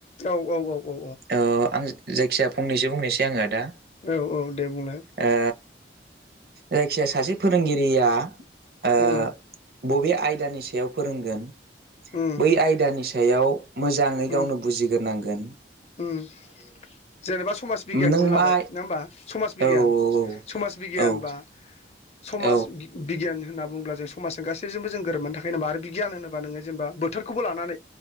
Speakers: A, on the left (about 35°); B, on the right (about 55°).
A: औ औ औ औ
B: ओ आं जायखिया फंनैसो बुंनोसै आङो दा
A: औ औ दे बुंलाय
B: ओ जायखिया सासे फोरोंगिरिया ओ
A: उम
B: बबे आयदानि सायाव फोरोंगोन
A: उम
B: बै आयदानि सायाव मोजांङै
A: उम
B: गावनो बुजिगोरनांगोन
A: उम जेनेबा समाज बिगियानखौनो
B: नों
A: लाबाय
B: मा
A: नंङा होमबा समाज बिगियान
B: औ औ
A: समाज बिगियान
B: औ औ
A: बा समाज
B: औ
A: बि बि बिगियान होनना बुंङोब्ला जों समाजजों गासैजोंबो जों गोरोबनानै थाखायो नामा आरो बिगिय होनोबा नोंङो जेनेबा बोथोरखौबो लानानै